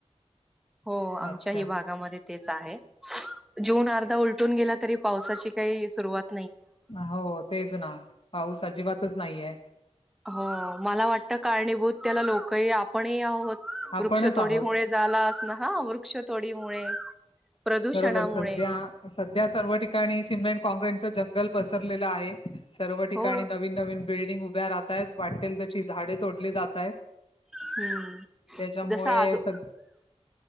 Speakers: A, in the centre; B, on the left (about 50°).
A: हो, आमच्याही
B: अच्छा
A: भागामध्ये- तेच आहे, जून अर्धा उलटून गेला तरी पावसाची काही सुरवात-
B: हो, तेच ना पाऊस अजिबातच नाहीये.
A: हो, मला वाटतं, कारणीभूत त्याला लोकही आपणही आहोत, वृक्षतोडीमुळे-
B: आपणच आहोत
A: झाला असल, हा, ‌ वृक्षतोडीमुळे, प्रदूषणामुळे-
B: बरोबर सध्या सध्या सर्व ठिकाणी सिमेंट कॉँक्ररीटचं जंगल पसरलेलं आहे. सर्व ठिकाणी
A: हो
B: नवीन, नवीन बिल्डिंग उभ्या राहताहेत वाटेल त- से झाडे तोडली जात आहेत,
A: हम्म
B: त्याच्यामुळे
A: जसं आधो
B: स-